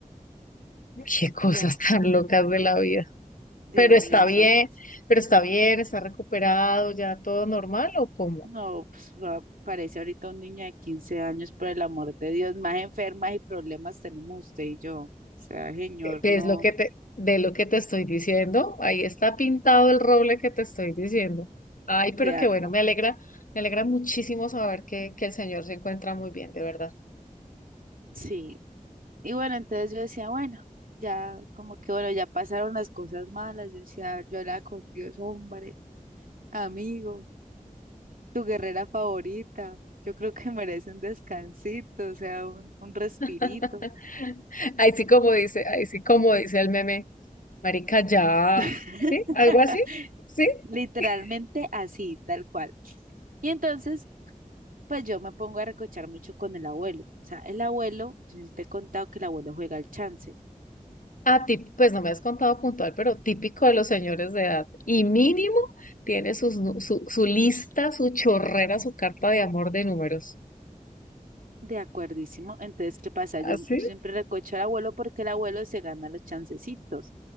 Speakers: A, on the left (about 65°); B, on the right (about 75°).
A: Qué cosas
B: Y en,
A: tan locas de la vida.
B: Dios
A: Pero está
B: mío,
A: bien,
B: santo.
A: pero está bien, está recuperado, ya todo normal o cómo?
B: No, pues, va- parece ahorita un niño de 15 años, por el amor de Dios, más enfermas y problemas tenemos usted y yo. O sea, señor,
A: Es
B: no,
A: lo que te, de lo que te estoy diciendo, ahí está pintado el roble que te estoy diciendo. Ay,
B: de
A: pero
B: acu-
A: qué bueno, me alegra, me alegra muchísimo saber que, que el señor se encuentra muy bien, de verdad.
B: sí. Y bueno, entonces yo decía, bueno, ya como que bueno, ya pasaron las cosas malas. Yo decía, yo era con Dios, hombre, amigo, tu guerrera favorita. Yo creo que merece un descansito, o sea, un, un respirito.
A: <laughs> Ahí sí como dice, ahí sí como dice el meme, marica, ya,
B: <laughs>
A: ¿sí? ¿Algo así? ¿Sí?
B: Literalmente
A: <laughs>
B: así, tal cual. Y entonces pues yo me pongo a recochar mucho con el abuelo. O sea, el abuelo, yo sí te he contado que el abuelo juega al chance.
A: Ah, tip- pues no me has contado puntual, pero típico de los señores de edad. Y mínimo tiene sus nu- su, su lista, su chorrera, su carta de amor de números.
B: De acuerdísimo. Entonces, ¿qué pasa? Yo,
A: ¿Así?
B: yo siempre recocho al abuelo porque el abuelo se gana los chancecitos.